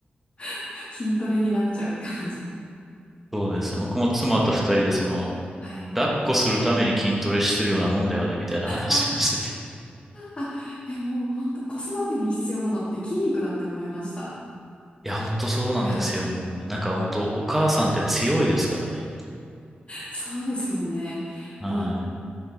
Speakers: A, on the left; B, in the centre.
A: <laughs> 筋トレになっちゃう感じ。
B: <laughs> そうですね。僕も妻と二人で、その、
A: はい。
B: 抱っこするために筋トレしてるようなもんだよね、みたいな話をしてて。
A: あ、あ
B: <laughs>
A: ー、あ、でも本当子育てに必要なのって筋肉だって思いました。
B: いや、ほんとそうなんですよね。
A: いや、
B: なんかほんと、お母さんって強いですからね。
A: そうですよね。
B: はい。
A: もう